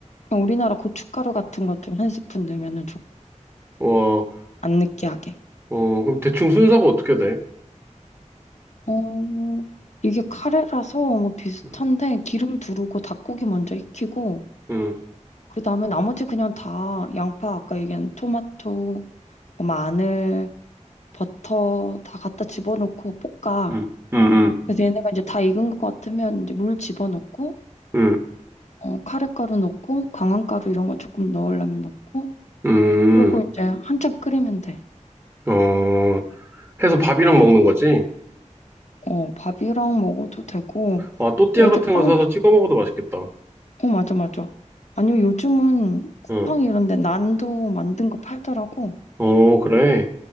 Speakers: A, on the left; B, on the right.
A: 그냥 우리나라 고춧가루 같은 거 좀 한 스푼 넣으면은 좋고
B: 와,
A: 안 느끼하게.
B: 어, 그럼 대충 순서가 어떻게 돼?
A: 어, 이게 카레라서 뭐 비슷한데
B: 응,
A: 기름 두르고 닭고기 먼저 익히고
B: 응,
A: 그다음에 나머지 그냥 다 양파 아까 얘기한 토마토, 뭐 마늘, 버터 다 갖다 집어넣고 볶아.
B: 응, 응,
A: 그래서 얘네가 이제 다 익은 것 같으면 이제 물 집어넣고
B: 응,
A: 어, 카레가루 넣고 강황가루 이런 거 조금 넣으려면 넣고
B: 응,
A: 그리고 이제 한참 끓이면 돼.
B: 음 어, 해서 밥이랑 먹는 거지?
A: 어, 밥이랑 먹어도 되고
B: 어, 아, 또띠아
A: 애들
B: 같은
A: 빵,
B: 거 사서 찍어 먹어도 맛있겠다.
A: 어, 맞아, 맞아. 아니면 요즘은
B: 응,
A: 쿠팡 이런 데 난도 만든 거 팔더라고.
B: 어, 그래.